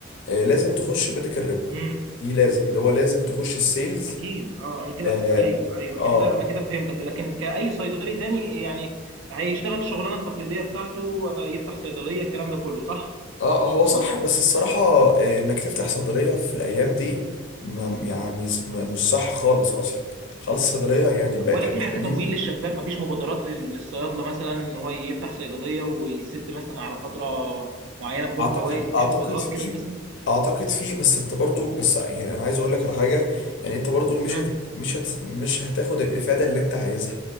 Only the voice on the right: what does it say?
امم
اكيد اه انا كده
ايوه ايوه
انا كده انا كده فهمتك لكن كاي صيدلي تاني يعني هيشتغل الشغلانه التقليديه بتاعته آه، يفتح صيدليه الكلام ده كله صح
ولا
في حتى
تمويل للشباب ما فيش مبادرات لل- للصيادله مثلا ان هو يفتح صيدليه ويسد مثلا على فتره معينه بدون
فوائد ما فيش
مبادرات
كده مثلا
امم